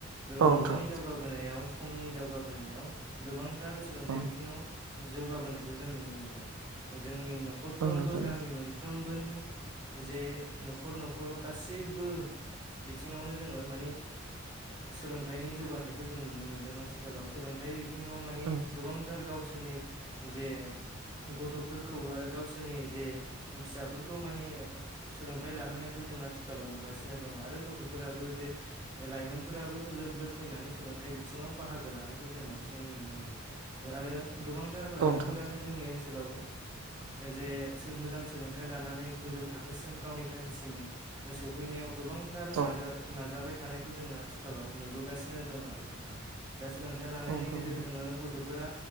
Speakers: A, on the right (about 90°); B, on the right (about 20°).
A: औ
B: मुगानि
A: नोंथां
B: दावगाबोनायाव समनि दावगाबोनायाव गोबांथार सोलोंथाइ
A: औ
B: बिथिङाव जौगाबोनायखौ जों नुनो मोनदों जोंनि न'खरफ्रोमबो
A: औ नोंथां
B: गामि मोन फ्रोमबोनि जे न'खर न'खर गासैबो बिथिङावनो जोङो मानि सोलोंथाइनि जौगाथायखौ जों नुनो मोन्दों आथिखालाव सोलोंथाइ जोङो माने
A: औ
B: गोबांथार गावसोरनि जे गथ'फोरखौ आरो गावसो नि जे फिसाफोरखौ माने सोलोंथाइ लाहोनायखौ जों आथिखालाव नुगासिनो दङ आरो गथ'फोराबो जे लाइमोनफोराबो लोब लोब फैनानै सोलोंथाइ बिथिङाव बाहागो लानायखौ जों बांसिनै नुनो मोनो। आरो गोबांथार
A: औ
B: लाइमोनफोरानो
A: नोंथां
B: जोंनि ओनसोलाव जे मोजां सोलोंथाइ लानानै गोजौ थाखोसिम गावनि थांखिसिम सहैनायाव गोबांथार
A: औ
B: नाजा नाजाबाय थानायखौ जोङो आथिखालाव नुबोगासि दं आरो नोंथां, दा सोलोंथाइ लानायनि
A: औ नोंथां
B: गेजेरजोंनो गथ'फोरा